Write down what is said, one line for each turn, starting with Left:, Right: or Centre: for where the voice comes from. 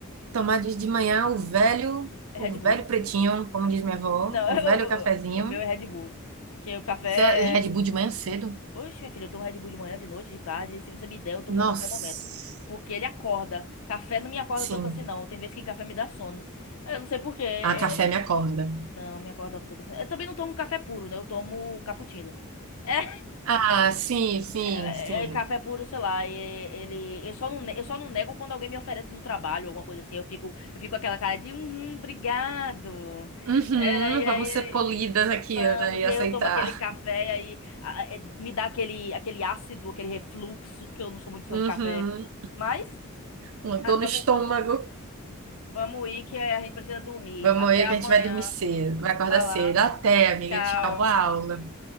Right: tomar de de manhã o velho,
Left: É
Right: o
Left: Red Bull.
Right: velho pretinho, como diz minha avó,
Left: Não,
Right: o
Left: <laughs> o
Right: velho cafezinho.
Left: o- o- o meu é Red Bull. Que o café.
Right: Você é Red Bull de manhã cedo?
Left: Oxe, minha filha, eu tomo Red Bull de manhã, de noite, de tarde. Se você me der, eu tomo
Right: Nossa,
Left: a qualquer momento. Porque ele acorda. Café não me acorda
Right: sim.
Left: tanto assim, não. Tem vezes que café me dá sono. Eu não sei por quê. É-
Right: Ah, café
Left: é- é.
Right: me acorda.
Left: Não, me acorda tanto assim. Eu também não tomo café puro, né? Eu tomo cappuccino. É,
Right: Ah, sim, sim,
Left: É,
Right: sim.
Left: é café puro, sei lá, e- ele, eu só não, ne- eu só não nego quando alguém me oferece no trabalho, alguma coisa assim, eu fico, eu fico com aquela cara de, uhum, obrigado,
Right: Uhum,
Left: É, e
Right: vamos
Left: aí,
Right: ser polidas aqui,
Left: vamos,
Right: Ana, e
Left: e
Right: aceitar.
Left: aí eu tomo aquele café, e aí a- é, me dá aquele, aquele ácido, aquele refluxo, que eu não sou muito fã
Right: Uhum,
Left: de café, mas,
Right: uma dor
Left: mas vamos,
Right: no estômago.
Left: vamos ir que a gente precisa dormir,
Right: Vamos
Left: até
Right: aí
Left: amanhã,
Right: que a gente vai dormir cedo, vai acordar
Left: vai
Right: cedo.
Left: lá,
Right: Até, amiga,
Left: tchau.
Right: tchau, boa aula.